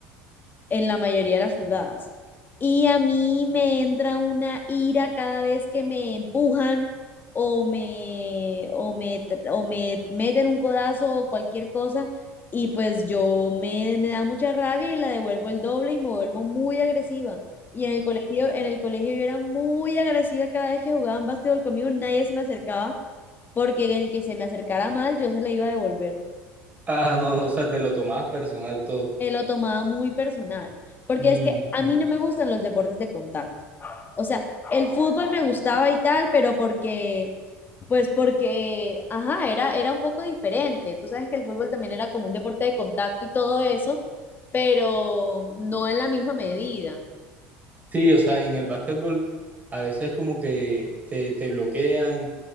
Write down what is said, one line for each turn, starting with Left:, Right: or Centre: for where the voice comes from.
Left: en la mayoría de las jugadas. Y a mí me entra una ira cada vez que me empujan o me, o me, tr- o me meten un codazo o cualquier cosa. Y pues yo me, me da mucha rabia y la devuelvo el doble y me vuelvo muy agresiva. Y en el colegio, en el colegio yo era muy agresiva cada vez que jugaban básquetbol conmigo, nadie se me acercaba porque el que se me acercara mal yo se la iba a devolver.
Right: Ah, no, o sea, te lo tomabas personal todo.
Left: me lo tomaba muy personal, porque
Right: Mm.
Left: es que a mí no me gustan los deportes de contacto. O sea, el fútbol me gustaba y tal, pero porque, pues porque, ajá, era, era un poco diferente. Tú sabes que el fútbol también era como un deporte de contacto y todo eso, pero no en la misma medida.
Right: Sí, o sea, en el básquetbol a veces como que te, te bloquean